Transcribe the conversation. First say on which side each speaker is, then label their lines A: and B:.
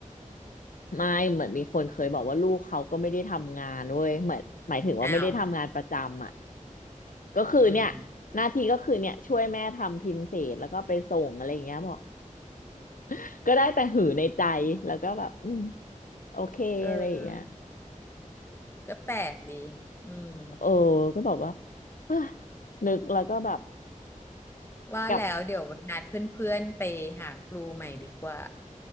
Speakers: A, on the left; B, on the left.
A: ไม่เหมือนมีคนเคยบอกว่าลูกเขาก็ไม่ได้ทำงานเว้ยเหมือนหมายถึงว่าไม่ได้ทำงานประจำอ่ะ
B: อ้าว
A: ก็คือเนี่ยหน้าที่ก็คือเนี่ยช่วยแม่ทำพิมพ์เสร็จแล้วก็ไปส่งอะไรอย่างเงี้ยบอก
B: อืม
A: <laughs> ก็ได้แต่หือในใจแล้วก็แบบอืมโอเคอะไรอย่างเงี้ย
B: เออ ก็แปลกดีอืม
A: เออก็บอกว่าเอ้ยนึกแล้วก็แบบ
B: ว่าแล้วเดี๋ยวไว้นัดเพื่อนๆไปหาครูใหม่ดีกว่า
A: กลับ